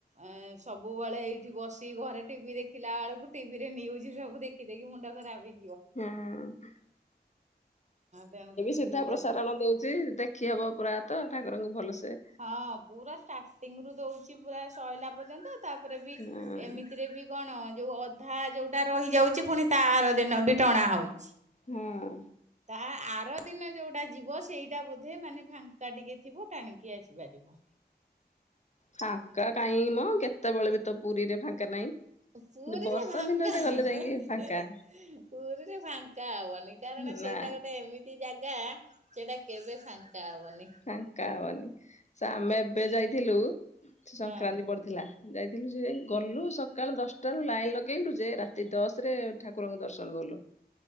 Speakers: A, on the right; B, on the left.
A: ଏ ସବୁବେଳେ ଏଇଠି ବସି ଘରେ ଟିଭି ଦେଖିଲା ବେଳକୁ ଟିଭି ରେ ନ୍ୟୁଜ ସବୁ ଦେଖ ଖିଦେଇକି ମୁଣ୍ଡ ଖରାବେ।
B: ହଁ <unintelligible>
A: ତେଣୁକରି
B: ସିଧା
A: ଭିଡରେ
B: ପ୍ରସାରଣ ଦଉଛି ଦେଖ ଖି ହବ ପୁରା ତ ଠାକୁରଙ୍କୁ ଭଲସେ।
A: ହଁ ପୁରା ଷ୍ଟାର୍ଟିଂ ରୁ ଦଉଛି ପୁରା ସୋଇଲା ପର୍ଯ୍ୟନ୍ତ ତାପରେ ବି
B: ହଁ
A: ଏମିତିରେ ବି କଣ ଯୋଉ ଅଧା ଯୋଉଟା ରହିଯାଉଛି ପୁଣି ତା ଆର ଦିନ ବି ଟଣା ହଉଛି।
B: ହଁ।
A: ତା ଆର ଦିନ ଯୋଉଟା ଯିବ ସେଇଟା ବୋଧେ ମାନେ ଫାଙ୍କା ଟିକେ ଥିବ ଟାଣିକି ଆସିପାରିବ।
B: ଫାଙ୍କା କାଇହିଁ ମ କେତେବେଳେ ବି ତ ପୁରୀରେ ଫାଙ୍କା ନାହିଁ।
A: ପୁରୀରେ
B: ବର୍ଷା
A: ଫାଙ୍କା
B: ଦିନରେ ଗଲେ
A: ହବନି
B: ଯାଇକି ଫାଙ୍କା
A: ପୁରୀରେ ଫାଙ୍କା ହବନି। କାରଣ
B: ନା
A: ସେଇଟା ଗୋଟେ ଏମିତି ଜାଗା ସେଇଟା କେବେ ଫାଙ୍କା ହବନି।
B: ଫାଙ୍କା ହବନି ସେ ଆମେ ଏବେ ଯାଇଥିଲୁ ସେ ସଂକ୍ରାନ୍ତି
A: ହଁ
B: ପଡିଥିଲା। ଯାଇଥିଲୁ ଯେ ଗଲୁ ସକାଳୁ ଦଶଟାରୁ ଲାଇନ ଲଗେଇଲୁ ଯେ ରାତି ଦଶରେ ଠାକୁରଙ୍କୁ ଦର୍ଶନ ଗଲୁ।